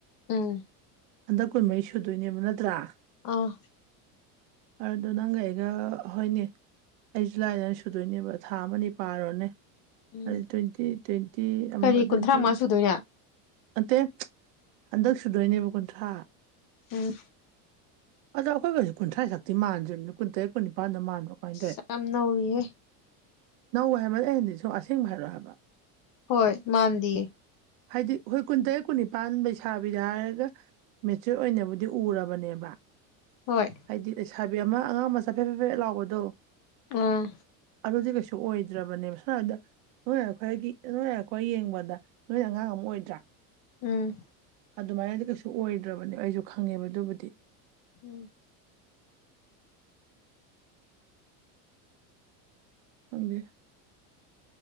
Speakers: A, on the left; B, on the right.
A: ꯎꯝ
B: ꯍꯟꯗꯛ ꯀꯨꯟꯃꯔꯤ ꯁꯨꯗꯣꯏꯅꯦꯕ ꯅꯠꯇ꯭ꯔꯥ
A: ꯑꯥ
B: ꯑꯗꯨꯗ ꯅꯪꯒ ꯑꯩꯒ ꯍꯣꯏꯅꯦ ꯑꯩꯁꯨꯖꯨꯂꯥꯏꯗ ꯁꯨꯗꯣꯏꯅꯦꯕ ꯊꯥ ꯑꯃꯅꯤ ꯄꯥꯔꯨꯔꯅꯦ
A: ꯎꯝ
B: ꯇ꯭ꯋꯦꯟꯇꯤ ꯇ꯭ꯋꯦꯟꯇꯤ ꯑꯃ
A: ꯀꯔꯤ
B: ꯑꯗꯨꯗꯤ
A: ꯀꯨꯟꯊ꯭ꯔꯥ ꯃꯉꯥ ꯁꯨꯗꯣꯏꯅꯦ
B: ꯅꯠꯇꯦ ꯍꯟꯗꯛ ꯁꯨꯗꯣꯏꯅꯦꯕ ꯀꯨꯟꯊ꯭ꯔꯥ
A: ꯑ
B: ꯑꯗꯣ ꯑꯩꯈꯣꯏ ꯍꯧꯖꯤꯛ ꯀꯨꯟꯊ꯭ꯔꯥ ꯁꯛꯇꯤ ꯃꯥꯟꯗ꯭ꯅꯤ ꯀꯨꯟ ꯇꯔꯦꯠ ꯀꯨꯟꯅꯤꯄ ꯀꯥꯟꯗ ꯃꯥꯟꯕ꯭ꯔꯣ ꯀꯥꯏꯅꯗꯏ
A: ꯌꯥꯝ ꯅꯧꯔꯤꯍꯦ
B: ꯅꯧ ꯍꯥꯏꯕꯅꯦ ꯑꯍꯟꯗꯤ ꯁꯨꯝ ꯑꯁꯦꯡꯕ ꯍꯥꯏꯔꯣ ꯍꯥꯏꯕ
A: ꯍꯣꯏ ꯃꯥꯟꯗꯌꯦ
B: ꯍꯥꯏꯗꯤ ꯑꯩꯈꯣꯏ ꯀꯨꯟꯇꯔꯦꯠ ꯀꯨꯟꯅꯤꯄꯥꯟ ꯂꯩꯩꯁꯥꯕꯤꯗ ꯍꯥꯏꯔꯒ ꯃꯦꯆꯣꯔ ꯑꯣꯏꯅꯕꯨꯗꯤ ꯎꯔꯕꯅꯦꯕ
A: ꯍꯣꯏ
B: ꯍꯥꯏꯗꯤ ꯂꯩꯁꯥꯕꯤ ꯑꯃ ꯑꯉꯥꯡ ꯑꯃ ꯆꯐꯦꯠ ꯐꯦꯐꯦꯠ ꯂꯥꯎꯕꯗꯣ
A: ꯑꯥ
B: ꯑ ꯍꯧꯖꯤ ꯀꯩꯁꯨ ꯑꯣꯏ ꯐꯗ꯭ꯔꯕꯅꯦꯕ ꯁꯨꯏꯔꯕꯗ ꯅꯣꯏ ꯑꯩꯈꯣꯏꯒꯤ ꯅꯣꯏ ꯑꯩꯈꯣꯏ ꯌꯦꯡꯕꯗ ꯅꯣꯏ ꯑꯉꯥꯡ ꯑꯃ ꯑꯣꯏꯗ꯭ꯔꯥ
A: ꯎꯝ
B: ꯑꯗꯨꯃꯥꯏꯅꯗꯤ ꯀꯩꯁꯨ ꯑꯣꯏꯗ꯭ꯔꯕꯅꯦ ꯑꯩꯁꯨ ꯈꯪꯉꯦꯕ ꯑꯗꯨꯕꯨꯗꯤ
A: ꯎꯝ
B: ꯑꯪꯗ